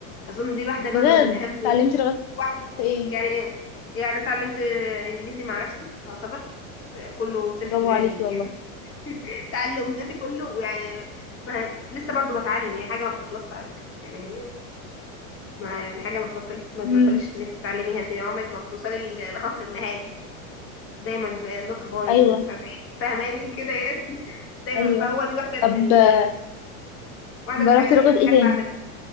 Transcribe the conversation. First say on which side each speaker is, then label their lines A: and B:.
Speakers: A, on the left (about 30°); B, on the left (about 55°).
A: اظن دي واحده برضو
B: بجد
A: من اهم <laughs>
B: اتعلمتي لغايه
A: واحده
B: ايه
A: يعني يعني اتعلمت انجليزي مع نفسي يعتبر كله سيلف
B: برافو
A: ليرنينج
B: عليكي والله
A: <laughs> تعلم ذاتي كله يعني ما لسه برضو بتعلم هي حاجه ما بتخلصش على فكره يعني ما يعني حاجة ما تبطل ما تبطليش
B: امم
A: انك تتعلميها انت عمرك ما بتوصلي ل- لخط النهاية دايما ب- النطق بايظ
B: ايوه
A: اللي مش عارفة ايه فاهماني كده يعني <laughs> دايما
B: ايوه
A: فهو دي واحدة من
B: طب
A: ال...
B: آه،
A: واحدة
B: جربتي
A: من الحاجات
B: لغه
A: اللي انا
B: ايه
A: بحب
B: تاني
A: اعملها